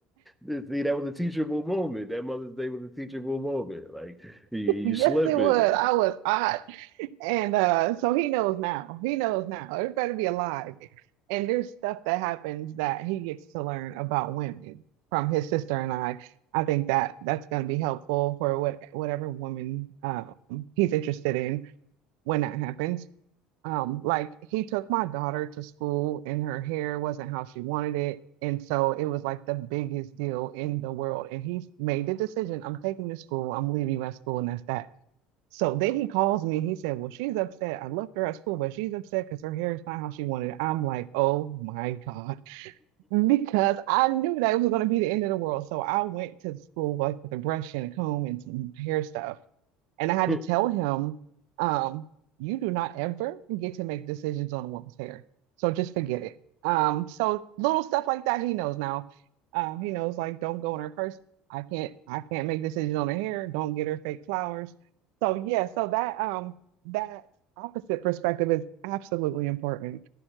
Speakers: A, in the centre; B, on the right (about 80°).
A: See, that was a teachable moment. That Mother's Day was a teachable moment. Like you, you
B: Yes,
A: slip
B: it
A: it.
B: was. I was hot. And uh, so he knows now. He knows now. It better be alive. And there's stuff that happens that he gets to learn about women from his sister and I. I think that that's going to be helpful for what whatever woman um, he's interested in when that happens. Um, like he took my daughter to school and her hair wasn't how she wanted it. And so it was like the biggest deal in the world. And he made the decision I'm taking you to school, I'm leaving you at school, and that's that. So then he calls me and he said, Well, she's upset. I left her at school, but she's upset because her hair is not how she wanted it. I'm like, Oh my God. Because I knew that it was going to be the end of the world. So I went to school like with a brush and a comb and some hair stuff. And I had
A: <laughs>
B: to tell him, um, you do not ever get to make decisions on a woman's hair. So just forget it. Um, so little stuff like that, he knows now. Um, he knows like don't go in her purse. I can't I can't make decisions on her hair. Don't get her fake flowers. So yeah, so that um that opposite perspective is absolutely important.